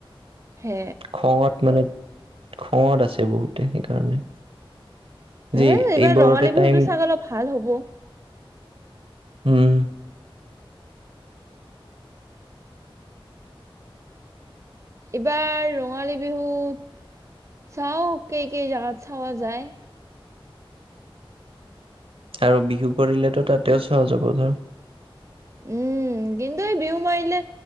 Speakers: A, on the right; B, on the right.
A: হে
B: খঙত মানে খঙত আছে বহুতে সেইকাৰণে যে
A: এই এইবাৰ
B: এইবোৰতে
A: ৰঙালী বিহুতটো
B: টাইম
A: ছাগলপ ভাল হ'ব।
B: উম।
A: এইবাৰ ৰঙালী বিহুত চাও, কেই-কেই জাগাত চাৱা যায়।
B: আৰু বিহু কৰিলেতো তাতেও চোৱা যাব ধৰ।
A: উম, কিন্তু এই বিহু মাৰিলে